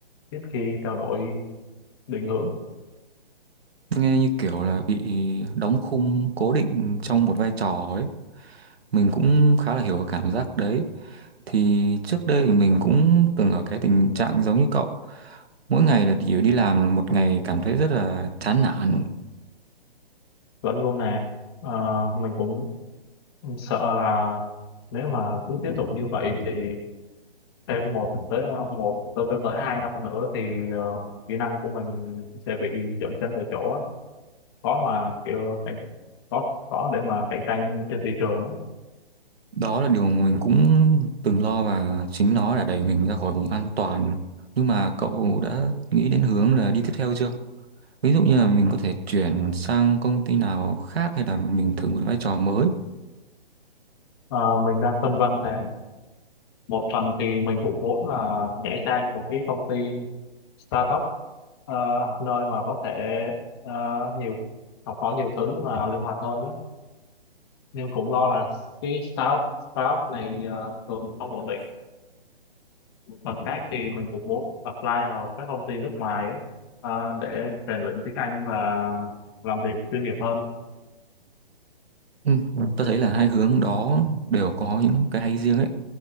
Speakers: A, on the left; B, on the right.
A: ít khi trao đổi định hướng
B: Nghe như kiểu là bị đóng khung cố định trong một vai trò ấy. Mình cũng khá là hiểu cái cảm giác đấy. Thì trước đây thì mình cũng từng ở cái tình trạng giống như cậu. Mỗi ngày là chỉ đi làm một ngày cảm thấy rất là chán nản
A: vẫn luôn nè. Ờ, mình cũng sợ là nếu mà cứ tiếp tục như vậy thì thêm một tới ờ, một tới tới tới hai năm nữa thì ờ, kỹ năng của mình sẽ bị dậm chân tại chỗ á. khó mà kiểu cạnh khó khó để mà cạnh tranh trên thị trường á.
B: Đó là điều mình cũng từng lo và chính nó đã đẩy mình ra khỏi vùng an toàn. Nhưng mà cậu đã nghĩ đến hướng là đi tiếp theo chưa? Ví dụ như là mình có thể chuyển sang công ty nào khác hay là mình thử một vai trò mới.
A: Ờ, mình đang phân vân nè một phần thì mình cũng muốn là nhảy sang một cái công ty startup ờ, nơi mà có thể ờ, nhiều học hỏi nhiều thứ và linh hoạt hơn đó nhưng cũng lo là cái startup startup này ờ, thường không ổn định mặt khác thì mình cũng muốn apply vào các công ty nước ngoài ấy, à, để rèn luyện tiếng Anh và làm việc chuyên nghiệp hơn
B: Ừ. Tôi thấy là hai hướng đó đều có những cái hay riêng ấy.